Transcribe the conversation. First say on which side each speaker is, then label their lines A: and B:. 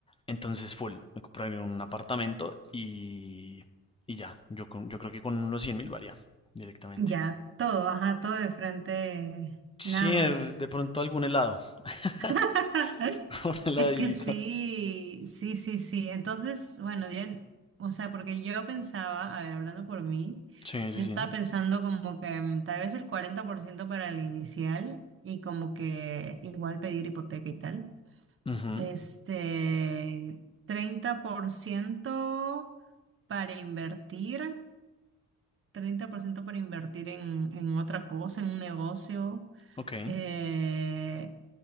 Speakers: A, on the left; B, on the right.
A: Entonces, full, me compré un apartamento y, y ya. Yo, con- yo creo que con unos 100 mil varía directamente.
B: Ya, todo, ajá, todo de frente,
A: Sí,
B: nada más.
A: el- de pronto algún helado. <laughs>
B: <laughs>
A: <laughs> una heladita
B: Es que sí, sí, sí, sí. Entonces, bueno, ya, o sea, porque yo pensaba, a ver, hablando por mí,
A: Sí, sí,
B: yo
A: sí.
B: estaba pensando como que mm, tal vez el 40% para el inicial y como que igual pedir hipoteca y tal.
A: Ujú,
B: Este, 30% para invertir, 30% para invertir en, en otra cosa, en un negocio.
A: Ok,
B: Eh,